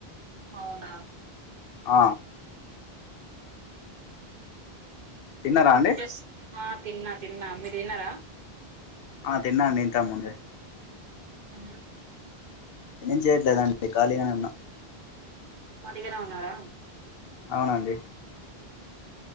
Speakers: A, on the right; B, on the left.
A: అవునా
B: ఆ తిన్నారా అండి
A: ఎస్ ఆ తిన్నా తిన్నా మీరు తిన్నరా
B: ఆ తిన్నాండి ఇంతకముందే
A: అ
B: ఏం చేయట్లేదండి ఖాళీగనే ఉన్నా
A: ఉత్తిగనే ఉన్నారా
B: అవునండి